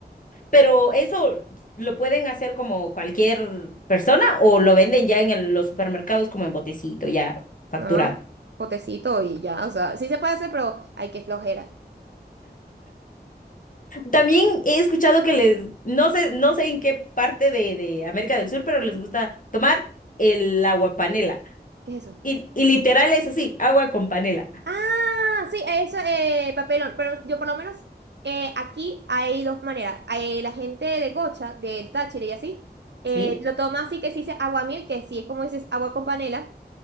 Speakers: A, on the left; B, on the right.
A: Pero eso lo pueden hacer como cualquier persona o lo venden ya en el- los supermercados como en botecito, ya facturado.
B: No, potecito y ya, o sea, sí se puede hacer, pero hay que flojera.
A: También he escuchado que les, no sé, no sé en qué parte de, de América del Sur, pero les
B: Ujú.
A: gusta tomar el agua panela.
B: ¿Qué es eso?
A: Y, y literal es así, agua con panela.
B: Ah, sí, eso, eh, papelón. Pero yo por lo menos eh, aquí hay dos maneras. Hay la gente de Gocha, del Táchira y así, eh,
A: ¿Sí?
B: lo toma así que se dice aguamiel, que sí es como dices agua con panela.